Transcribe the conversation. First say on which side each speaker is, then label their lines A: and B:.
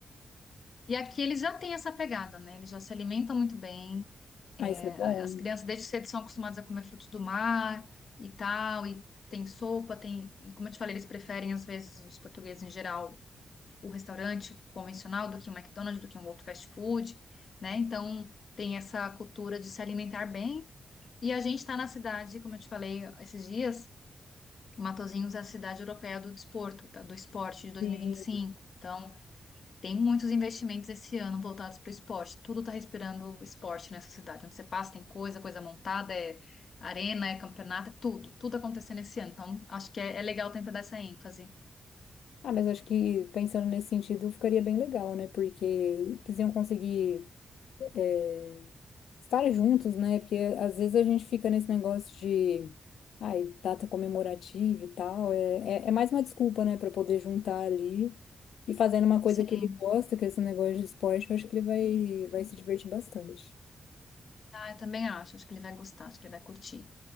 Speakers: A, on the left; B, on the left.
A: E aqui eles já têm essa pegada, né? Eles já se alimentam muito bem. É,
B: ah, isso é bom.
A: a- as crianças desde cedo são acostumadas a comer frutos do mar e tal, e tem sopa, tem. Como eu te falei, eles preferem, às vezes, os portugueses em geral, o restaurante convencional do que um McDonald's, do que um outro fast food, né? Então, tem essa cultura de se alimentar bem. E a gente está na cidade, como eu te falei esses dias, Matosinhos é a cidade europeia do desporto, tá? do esporte de dois
B: Sim.
A: mil e e vinte e cinco Então, tem muitos investimentos esse ano voltados para o esporte. Tudo está respirando esporte nessa cidade. Onde você passa, tem coisa, coisa montada, é arena, é campeonato, é tudo. Tudo acontecendo esse ano. Então, acho que é, é legal tentar dar essa ênfase.
B: Ah, mas acho que pensando nesse sentido ficaria bem legal, né? Porque eles iam conseguir é, estar juntos, né? Porque às vezes a gente fica nesse negócio de ai, data comemorativa e tal. É, é, é mais uma desculpa, né? Pra poder juntar ali e fazendo uma coisa
A: Sim,
B: que ele gosta, que é esse negócio de esporte, eu acho que ele vai, vai se divertir bastante.
A: ah, eu também acho. Acho que ele vai gostar, acho que ele vai curtir.